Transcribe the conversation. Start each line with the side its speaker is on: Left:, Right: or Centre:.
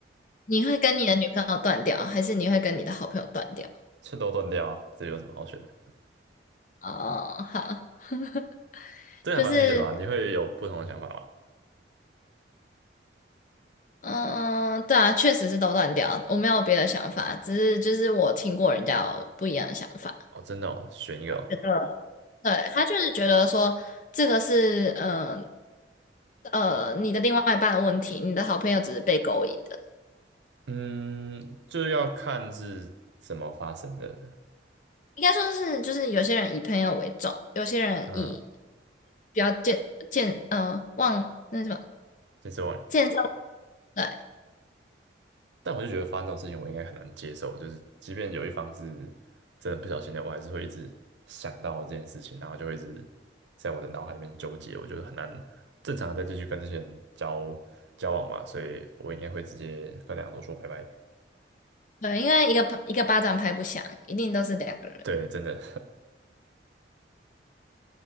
Left: 你会跟你的女朋友断掉，还是你会跟你的好朋友断掉？
Right: 趁都断掉啊这有什么好选的？
Left: 哦，好，<laughs>
Right: 这个还蛮明显的嘛，
Left: 就是，
Right: 你会有不同的想法吗？
Left: 嗯，对啊，确实是都断掉，我没有别的想法，只是就是我听过人家有不一样的想法，
Right: 哦，真的哦，选一个哦，
Left: 觉得对，他就是觉得说这个是，嗯、呃，呃你的另外一半的问题，你的好朋友只是被勾引的。
Right: 嗯，就要看是怎么发生的，
Left: 应该说是，就是有些人以朋友为重，有些人以
Right: 嗯，
Left: 比较健健呃忘那什么
Right: 健身忘友，
Left: 健身，对
Right: 但我就觉得发生这种事情，我应该很难接受，就是即便有一方是真的不小心的，我还是会一直想到这件事情，然后就会一直在我的脑海里面纠结，我觉得很难正常的再继续跟这些人交交往吧，所以我应该会直接跟两个都说拜拜。
Left: 对，因为一个巴一个巴掌拍不响，一定都是两个人。
Right: 对，真的